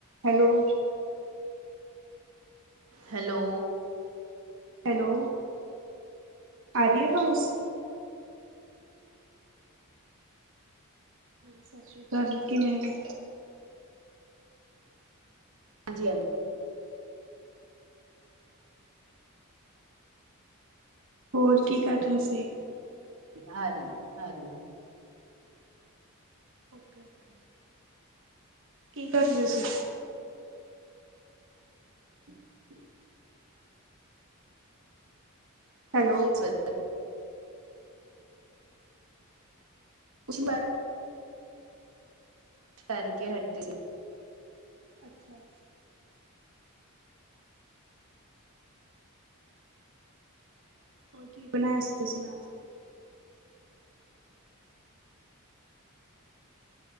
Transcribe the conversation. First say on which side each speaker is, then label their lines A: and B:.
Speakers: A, on the right (about 60°); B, on the right (about 80°).
A: Hello.
B: Hello.
A: Hello ਆ ਰਹੀ ਆਵਾਜ਼। ਸਤਿ ਸ੍ਰੀ ਕਾਲ ਜੀ ਕਿਵੇਂ ੳ
B: ਹਾਂਜੀ ਹਾਂਜ
A: ਹੋਰ ਕੀ ਕਰ ਰਹੇ ਸੀ
B: ਹ ਰ ਹਜੀ <unintelligible>
A: ਓਕੇ ਓਕੇ ਕੀ ਕਰਦੇ ਸੀ ਹਮ <unintelligible> ਹੈਲੋ
B: ਸਵੱਚ <unintelligible> ਉਸ ਬਾ <unintelligible> ਤਾਰੀਕੇ ਹਟਦੀ ਸੀ <unintelligible>
A: ਅੱਛਾ ਅੱਛਾ ਹੋਰ ਕੀ ਬਨਾਇਆ ਸੀ ਤੁਸੀਂ ਨਾਸ਼ਤੇ ਚ